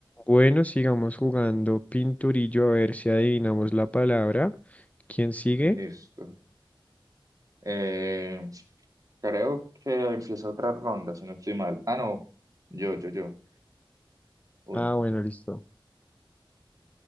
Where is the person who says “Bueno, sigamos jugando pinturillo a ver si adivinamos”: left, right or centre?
Left